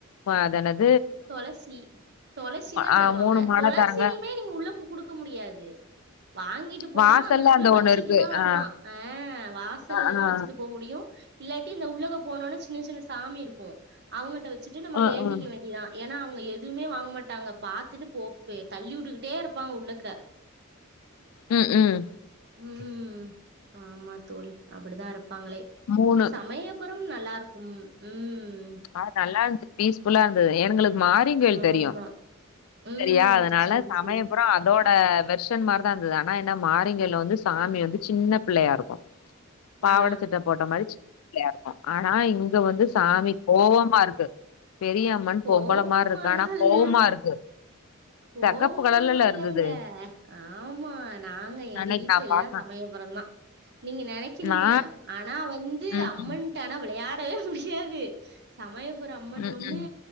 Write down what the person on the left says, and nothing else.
அதனது
ஆ
மூணு மால
தாராங்க
வாசல்ல
அந்த
ஒண்ணு இருக்கு
ஆ
ஆ
ஆ
ஆ
ஆ
உம் உம்
மூணு
அ நல்லா இருந்துச்சு பீஸ்ஃபுல்லா இருந்துச்சு எங்களுக்கு மாரிங்கல
தெரியும்
சரியா அதனால
சமயபுறம்
அதோ ஆஹ் பெர்ஷன் மாரிதான் இருந்தது ஆனா ஏன்னா மாரிங்கல வந்து சாமி வந்து சின்ன பிள்ளையா இருக்கும் பாவாட
சட்ட போட்ட மாரி <unintelligible> ஆனா இங்க வந்து சாமி ஓவமா இருக்கு பெரியம்மன்
பொம்பள மாரி இருக்கு
ஆனா
கோவமா இருக்கு
செகப்பு கலர்லல்ல
இருந்தது
அன்னைக்கு
நா
பாக்க
நா
ம்
ம்
ம்
ம்